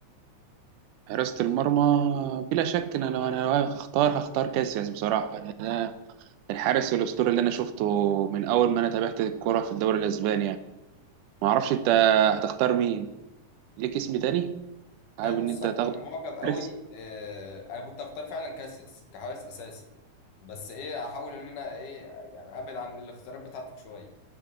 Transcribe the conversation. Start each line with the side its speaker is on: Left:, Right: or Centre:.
Right: حراسة المرمى بلا شك إن أنا لو أنا هختار هختار كاسياس بصراحة الحارس الأسطوري اللي أنا شفته من أول ما أنا تابعت الكرة في الدوري الأسباني يعني ما أعرفش أنت هتختار مين ليك اسم تاني حابب
Left: آه، بص
Right: إن أنت
Left: انا
Right: تاخده
Left: معجب قوي
Right: حارس
Left: آه، انا كنت هختار فعلا كاسياس كحارس اساسي بس ايه هحاول ان انا ايه يعني ابعد عن الاختيارات بتاعتك شوية